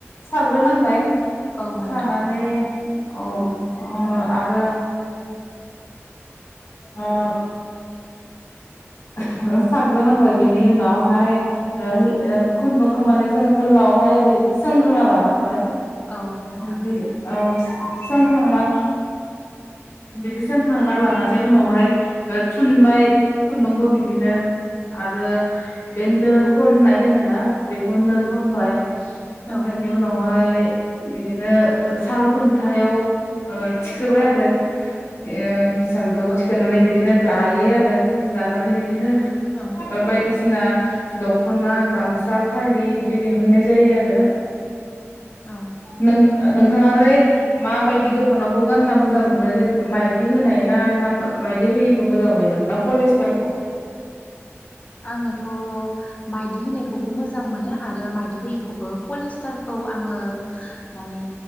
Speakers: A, on the left; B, on the left.
A: साग्रोनांबाय।
B: औ नोंथां
A: सानानै औ उम आरो उम। <unintelligible> साग्रोनांबाय बिनि उनावहाय ओ उम खुन्दुंखौ माने जोङो गोलावहाय ओरै सोंग्रोना लानांबाय
B: औ नोंथां
A: बि औ सोंखांना बिदि सोंखांना लानानै उनावहाय ओ थुनबाय खुन्दुंखौ बिदिनो आरो बे नो खननाय होनोना बेखौ नो खनबाय थुनायनि
B: औ
A: उनावहाय <unintelligible> बिदिनो साल खुन्थायाव ओ थिखोबाय आरो ओ हिसानखौथिोननानै
B: औ
A: बिदिनो दा यो आरो। दानानै बे फोर
B: औ
A: ओ बायदिसिना दखना गामसा फालि बिदि दिहुननाय जायो आरो।
B: औ।
A: नों नोंथाङालाय माबायदि दख'नाखौ गानना मोजां मोनो जेनेबा मायदि होनाय ना ना मायदि होयिखौ मोजां मोनो ना पलिसथारखौ?
B: आङोथ' माइदि होनायखौबो मोजां मोनो आरो माइदि होयिखौबो पलिस्टारखौ आङो माने